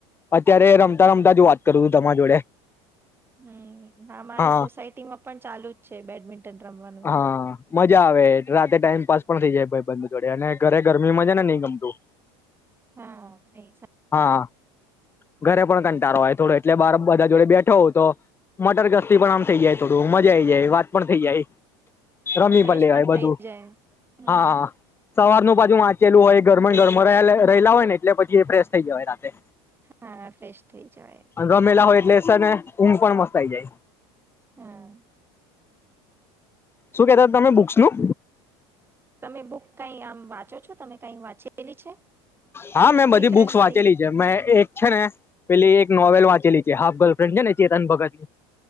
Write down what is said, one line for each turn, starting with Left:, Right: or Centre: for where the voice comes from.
Left: અત્યારે રમતા રમતા જ વાત કરું છું તમારા જોડે.
Right: હમ હ અમારી
Left: હા
Right: સોસાયટીમાં પણ ચાલુ જ છે બેડમિન્ટન રમવાનું.
Left: હા મજા આવે રાતે ટાઈમ પાાસ પણ થઈ જાય ભાઈ બંધ જોડે અને ઘરે ગરમીમાં છે ને નહી ગમતું.
Right: હા તેજ.
Left: હા ઘરે પણ કંટાળો આય થોડે એટલે બાર બધા જોડે બેઠો હોઉ તો મટરગસ્તી પણ આમ થઇ જાય થોડું મજા આઈ જાય વાત પણ થઈ જાય.
Right: હા
Left: રમી
Right: ફ્રેશ
Left: લેવાય
Right: પણ
Left: બધું
Right: થઇ જાય હમ.
Left: હા સવારનું પાછુ વાંચેલું હોય ઘરમ ઘરમાંલા રહેલા હોય ને એટલે પછી એ પ્રે થઈ જવાય રાતેે
Right: હા ફ્રેશ થઈ જવાય
Left: અને રમેલા હોય એટલે સર ને ઊંઘ પણ મસ્ત આઈ જાય.
Right: હા.
Left: શું કેતા તમે બુક્સનું
Right: તમે બુક કઈ આમ વાંચો છો તમે કઈ વાંચેલી છે.
Left: હા મેં બધી
Right: ઇન્ટરેસ્ટથી?
Left: બુક્સ વાંચેલી છે મેં એક છે ને પેલી એક નોવેલ વાંચેલી છે હાફ ગર્લફ્રેન્ડ છે ને ચેતન ભગતની